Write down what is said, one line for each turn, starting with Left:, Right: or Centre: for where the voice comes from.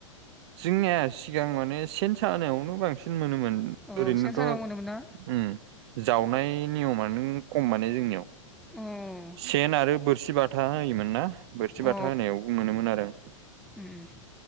Right: जोंनिया सिगां माने सेन सानायावनो बांसिन मोनोमोन
Centre: अ
Right: ओरैनोथ'
Centre: सेन सानायाव
Right: उम
Centre: मोनोमोन ना
Right: जावनाय नियमानो खम माने जोंनियाव।
Centre: उम।
Right: सेन आरो बोरसि बाथा होयोमोन ना बोरसि
Centre: अ
Right: बाथा होनायावबो मोनोमोन आरो।
Centre: उम उम।